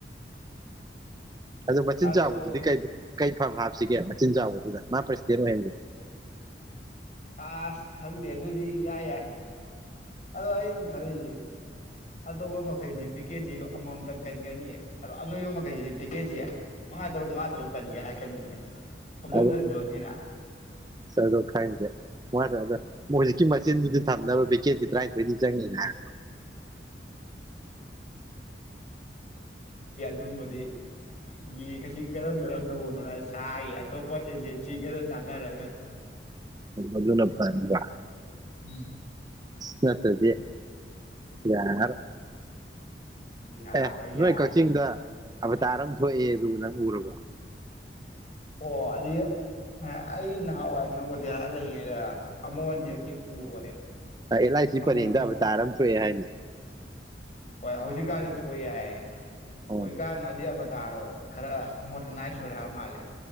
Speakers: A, on the right; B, on the left.
A: ꯑꯗꯨ ꯃꯆꯤꯟ
B: ꯑꯗꯨ
A: ꯆꯥꯎꯕꯗꯨꯗꯤ ꯀꯩ ꯀꯩ ꯐꯝ ꯍꯥꯞꯁꯤꯒꯦ ꯃꯆꯤꯟ ꯆꯥꯎꯕꯗꯨꯗ ꯃꯥ ꯄ꯭ꯔꯁꯤꯗꯦꯟ ꯑꯣꯏꯍꯟꯁꯦ
B: ꯑꯁ ꯈꯪꯗꯦ ꯑꯗꯨꯗꯤ ꯏꯌꯥ ꯌꯥꯏ ꯑꯗꯣ ꯑꯩꯅ ꯈꯜꯂꯤꯁꯦ ꯑꯇꯣꯞꯄ ꯃꯈꯩꯗꯤ ꯚꯦꯀꯦꯟꯁꯤꯗꯣ ꯑꯃꯃꯝꯇꯪ ꯀꯟꯒꯅꯤꯌꯦ ꯑꯗꯣ ꯑꯅꯣꯏꯕ ꯃꯈꯩꯁꯤꯗꯤ ꯚꯦꯀꯦꯟꯁꯤ ꯃꯉꯥ ꯇꯔꯨꯛ ꯃꯉꯥ ꯇꯔꯨꯛ ꯀꯟꯒꯦ ꯍꯥꯏꯔꯛꯀꯅꯤꯌꯦ ꯐꯝꯕꯝ
A: ꯑꯗ
B: ꯂꯩꯗꯕꯅꯤꯅ
A: ꯑꯁ ꯑꯗꯣ ꯈꯪꯗꯦ ꯃꯥꯅ ꯑꯗꯣ ꯍꯧꯖꯤꯛꯀꯤ ꯃꯆꯤꯟꯗꯨꯗꯤ ꯊꯝꯅꯕ ꯚꯦꯀꯤꯡ <unintelligible> ꯀꯦꯖꯤ ꯇꯔꯥꯊꯣꯏꯗꯤ ꯆꯪꯅꯤꯅ ꯍꯥꯏꯔꯛꯄ
B: ꯑꯗꯨꯃꯗꯤ ꯌꯦꯡ ꯉꯁꯤ ꯀꯔꯝ ꯀꯔꯝ ꯇꯧꯕꯅꯣ ꯍꯥꯏꯌꯦ ꯑꯇꯣꯞꯄ ꯑꯦꯖꯦꯟꯁꯤ ꯈꯔ ꯇꯟꯅꯔꯒ
A: ꯑꯗꯨꯅ ꯐꯔꯥꯗ꯭ꯔꯥ
B: ꯎꯝ
A: ꯅꯠꯇꯥ꯭ꯔꯗꯤ ꯌꯔꯥꯔꯣꯏ
B: ꯌꯥꯔꯣꯏ
A: ꯑꯦ ꯅꯣꯏ
B: ꯌꯥꯔꯣꯏ
A: ꯀꯛꯆꯤꯡꯗ ꯑꯕꯇꯥꯔ ꯑꯃ ꯊꯣꯛ ꯑꯦ ꯗꯨ ꯅꯪ ꯎꯔꯕꯣ
B: ꯑꯣ ꯑꯗꯨ ꯑꯩꯅ ꯅꯍꯥꯟꯋꯥꯏ ꯅꯑꯕꯣꯗꯤꯌꯥ ꯂꯩꯔꯤꯉꯩꯗ ꯑꯃꯨꯛ ꯑꯅꯤꯔꯛꯇꯤ ꯎꯈꯔꯦ
A: ꯂꯥꯢꯔꯦꯜ ꯑꯥꯏ ꯁꯤ
B: ꯑꯃꯨꯛ
A: ꯄꯔꯦꯡꯗ
B: ꯑꯃꯨꯛ
A: ꯑꯕꯥꯇꯥꯔ ꯑꯝ ꯊꯣꯛꯑꯦ ꯍꯥꯏꯅꯦ <inaudible>
B: ꯍꯣꯏ ꯍꯧꯖꯤꯛ ꯀꯟꯁꯨ ꯊꯣꯛꯏ ꯍꯥꯏ
A: ꯑꯣ
B: ꯍꯣꯏ ꯀꯥꯟꯅꯗꯦ ꯑꯕꯥ ꯇꯥꯔꯣ ꯈꯔ ꯃꯣꯗ꯭ꯔꯅꯥꯏꯁ ꯑꯣꯏꯔꯛꯑ ꯃꯥꯜꯂꯦ